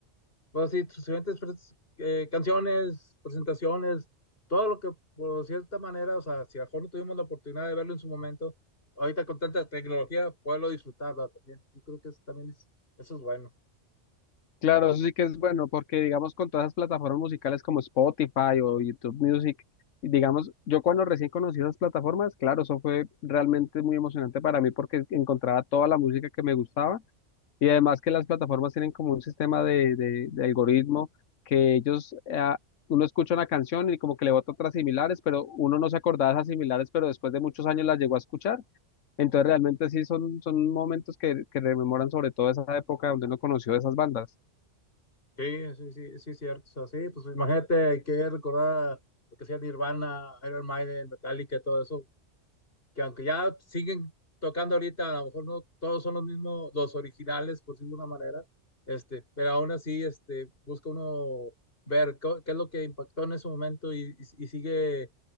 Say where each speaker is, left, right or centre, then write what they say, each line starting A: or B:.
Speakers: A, on the left; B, on the left.
A: bueno, sí, sus diferentes pres- eh, canciones, presentaciones, todo lo que por cierta manera, o sea, si a lo mejor no tuvimos la oportunidad de verlo en su momento, ahorita con tanta tecnología, poderlo disfrutar, ¿verdad? También, yo creo que eso también es, eso es bueno.
B: Claro, eso sí que es bueno, porque digamos con todas las plataformas musicales como Spotify o YouTube Music, y digamos, yo cuando recién conocí esas plataformas, claro, eso fue realmente muy emocionante para mí porque encontraba toda la música que me gustaba Y además que las plataformas tienen como un sistema de, de- de algoritmo que ellos, eh, uno escucha una canción y como que le bota otras similares, pero uno no se acordaba de esas similares, pero después de muchos años las llegó a escuchar. Entonces realmente sí son, son momentos que, que rememoran sobre todo esa época donde uno conoció esas bandas.
A: Sí, sí, sí, sí, cierto, o sea, sí, pues imagínate que recordar lo que sea Nirvana, Iron Maiden, Metallica, todo eso, que aunque ya siguen tocando ahorita, a lo mejor no todos son los mismos, los originales, por decirlo de una manera, este, pero aún así, este, busca uno ver co- qué es lo que impactó en ese momento y, y- y sigue